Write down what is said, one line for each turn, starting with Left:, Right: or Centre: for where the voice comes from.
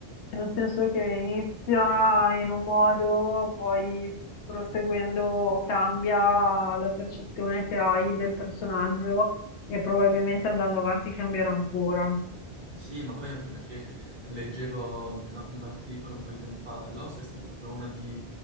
Left: nel senso che inizia in un modo, poi proseguendo cambia la percezione che hai del personaggio e probabilmente andando avanti cambierà ancora.
Right: Sì, ma poi anche perché leggevo tra- un articolo un po' di tempo fa, Lost è stata proprio una di-